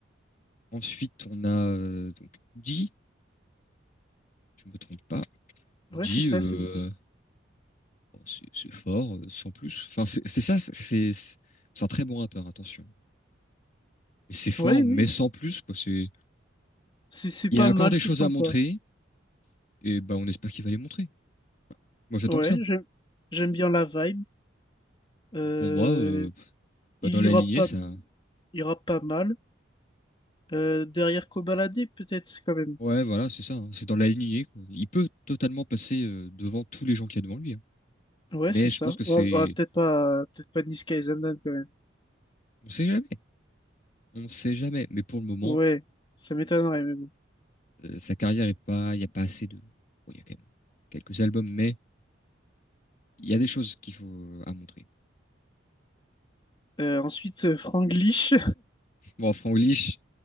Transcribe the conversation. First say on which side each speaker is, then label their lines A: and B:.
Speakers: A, on the left; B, on the left.
A: Ensuite, on a euh, donc Woody, je me trompe pas. Woody,
B: Ouais, c'est ça,
A: euh,
B: c'est Woody.
A: Bon, C'est c'est fort, euh, sans plus. Enfin, c'est c'est ça, c'est c'est un très bon rappeur, attention. Mais c'est fort,
B: Oui, oui,
A: mais sans plus, quoi. C'est,
B: c'est c'est
A: il
B: pas
A: y a encore
B: mal,
A: des
B: c'est
A: choses
B: sympa.
A: à montrer, et bah, on espère qu'il va les montrer. Enfin, Moi, j'attends
B: Ouais,
A: que ça.
B: j'aime j'aime bien la vibe. Euh,
A: Donc, pour moi, euh,
B: il
A: bah, dans
B: ira
A: la lignée,
B: pas,
A: ça.
B: il ira pas mal. Euh, derrière Kobalade, peut-être quand même.
A: Ouais, voilà, c'est ça. hein. C'est dans la lignée, quoi. Il peut totalement passer euh, devant tous les gens qu'il y a devant lui. hein.
B: Ouais,
A: Mais
B: c'est ça.
A: je pense que c'est.
B: Ouais, ouais, peut-être pas, peut-être pas Niska et Zamdan quand même.
A: On sait jamais. On sait jamais. Mais pour le moment,
B: Ouais, ça m'étonnerait, mais bon.
A: euh, sa carrière est pas. Il n'y a pas assez de. Bon, il y a quand même quelques albums, mais il y a des choses qu'il faut euh, à montrer.
B: Euh, ensuite, euh, Franglish,
A: Bon, Franglish,